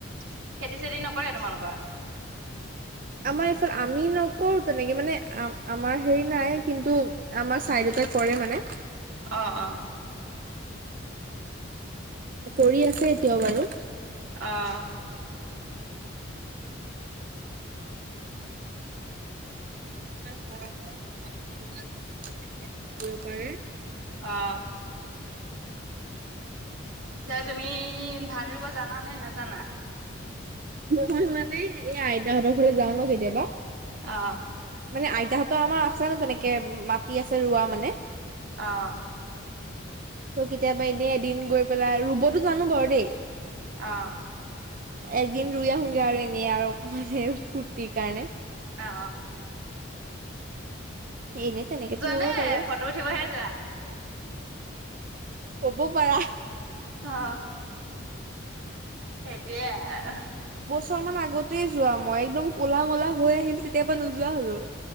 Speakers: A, on the right; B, on the right.
A: খেতি চেতি নকৰে তোমালোকৰ।
B: আমাৰ এইফালে আমি নকৰো তেনেকে মানে আ আমাৰ হেৰি নাই কিন্তু আমাৰ চাইডত। তই কৰে মানে।
A: অ অ।
B: কৰি আছে এতিয়াও বাৰু।
A: অহঁ
B: কৰিব পাৰে।
A: অ। তে তুমি ধান ৰুব জানা নে নাজানা।
B: মই মানে এই আইতাহঁতৰ ফলে যাওঁ ন কেতিয়াবা।
A: অ'।
B: মানে আইতাহঁতৰ আমাৰ আছে ন তেনেকে মাটি আছে ৰোৱা মানে।
A: অহ।
B: ত' কেতিয়াবা এনেই এদিন গৈ পেলাই ৰুবতো জানো বাৰু দেই।
A: অহ'।
B: একদিন ৰুই আহোগৈ আৰু এনেই আৰু অকমান ফূৰ্তিৰ কাৰণে।
A: আ।
B: এনে তেনেকেতো নুৰো
A: নে
B: বাৰু।
A: ফটো উঠিবহে যোৱা?
B: কব পাৰা।
A: অ। সেইটোৱে আৰ।
B: গৰম বন্ধ আগতেই যোৱা মই। একদম ক'লা মলা হৈ আহিল তেতিয়া পৰা নোযোৱা হলো।